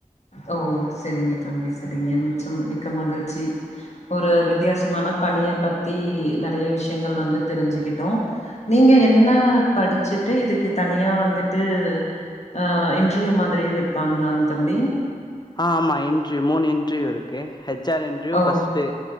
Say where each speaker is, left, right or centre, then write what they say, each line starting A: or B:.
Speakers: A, on the left; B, on the left.
A: ஓ செரிங்க தம்பி செரிங்க மிச்ச மிக்க மகிழ்ச்சி ஒரு வித்தியாசமான பணிய பத்தி நறைய விஷயங்கள் வந்து தெரிஞ்சுக்கிட்டோ நீங்க என்ன படிச்சுட்டு இதுக்கு தனியா வந்துட்டு ஆ இன்டர்வியூ மாதிரி வெப்பாங்களாங்க தம்பி
B: ஆ ஆமா இன்டர்வியூ மூணு இன்ட்ர்வியூ இருக்கு ஹச் ஆர் இன்டர்வியூ
A: ஓ
B: ஃபஸ்ட்டு